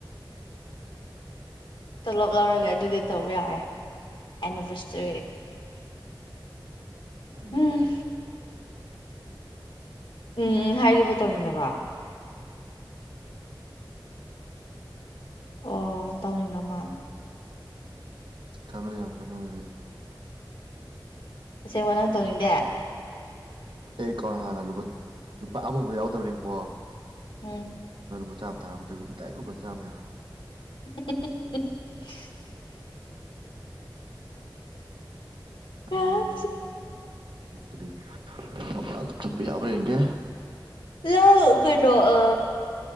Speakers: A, on the left; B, on the right.
A: ꯇꯣꯂꯞ ꯂꯧꯔꯒꯦ ꯑꯗꯨꯗꯤ ꯇꯧ ꯌꯥꯔꯦ ꯑꯦꯅꯤꯚꯔꯁꯔꯤ
B: ꯑ
A: ꯎꯝ ꯎꯝ ꯎꯝ ꯍꯥꯏꯔꯤꯕ ꯇꯧꯅꯤꯡꯕ ꯑꯣ ꯇꯧꯅꯤꯡꯕ ꯃꯥꯜꯂꯦ
B: <unintelligible>
A: ꯑꯁꯦꯡꯕ ꯅꯪ ꯇꯧꯅꯤꯡꯗꯦ
B: ꯑꯩ ꯑꯀꯥꯎꯟ ꯍꯥꯟꯅ ꯂꯨꯄꯥ ꯑꯃꯐꯥꯎꯕ ꯌꯥꯎꯗꯕꯅꯦꯀꫭ
A: ꯎꯝ
B: <unintelligible> ꯆꯥꯝꯃ ꯊꯥꯔꯛꯄꯗꯒꯤ ꯗꯥꯏꯔꯛ ꯂꯨꯕ ꯆꯝ ꯌꯥꯋꯦ
A: <inaudible>
B: <inaudible> <unintelligible>
A: ꯅꯪ
B: <unintelligible> ꯌꯦꯡꯒꯦ
A: ꯍ ꯀꯩꯅꫭ